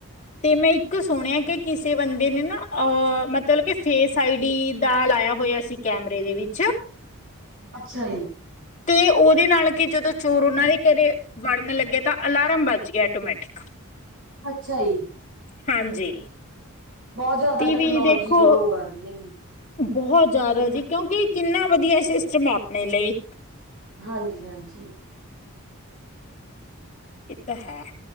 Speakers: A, on the left; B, on the right.
A: ਤੇ ਮੈਂ ਇੱਕ ਸੁਣਿਆ ਕਿ ਕਿਸੇ ਬੰਦੇ ਨੇ ਨਾ ਅ ਮਤਲਬ ਕੇ ਫੇਸ ਆਈਡੀ ਦਾ ਲਾਇਆ ਹੋਇਆ ਸੀ ਕੈਮਰੇ ਦੇ ਵਿੱਚ।
B: ਅੱਛਾ ਜੀ।
A: ਤੇ ਉਹਦੇ ਨਾਲ ਕਿ ਜਦੋਂ ਚੋਰ ਉਹਨਾਂ ਦੇ ਘਰੇ ਵੜਨ ਲੱਗਿਆ ਤਾਂ ਅਲਾਰਮ ਬੱਜ ਗਿਆ ਆਟੋਮੈਟਿਕ
B: ਅੱਛਾ ਜੀ।
A: ਹਾਂਜੀ।
B: ਬਹੁਤ ਜਿਆਦਾ
A: ਟੀ
B: ਟੈਕਨੋਲਜੀ
A: ਵੀ ਦੇਖੋ
B: ਗਰੋ ਕਰ ਰਹੀ ਹੈ ਜੀ।
A: ਬਹੁਤ ਜਿਆਦਾ ਜੀ ਕਿਉਂਕਿ ਕਿੰਨਾ ਵਧੀਆ ਸਿਸਟਮ ਹੈ ਆਪਣੇ ਲਈ।
B: ਹਾਂਜੀ-ਹਾਂਜੀ
A: ਇਹ ਤਾਂ ਹੈ